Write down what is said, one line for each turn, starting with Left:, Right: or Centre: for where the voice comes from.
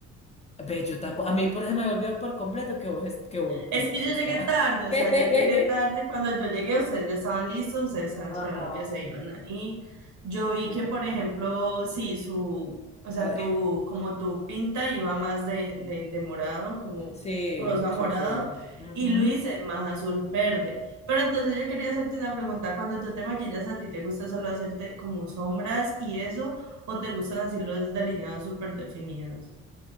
Left: ve, yo tampoco, a mí por ejemplo me olvidó por completo que vos, es- que vos, que
Right: Es
Left: usted
Right: que yo llegué
Left: está.
Right: tarde, o
Left: <laughs>
Right: sea, yo llegué tarde. Cuando yo llegué, ustedes ya estaban listos, ustedes estaban
Left: Ajá.
Right: esperando que se iban ahí. Yo vi
Left: Mm,
Right: que, por ejemplo, sí, su, o sea,
Left: ay,
Right: tu, como tu pinta iba más de, de, de morado, como
Left: Sí,
Right: rosa morado,
Left: sí, sí. Ujú.
Right: y Luis es más azul verde. Pero entonces yo quería hacerte una pregunta. Cuando tú te maquillas, ¿a ti te gusta solo hacerte como sombras y eso, o te gustan así los delineados súper definidos?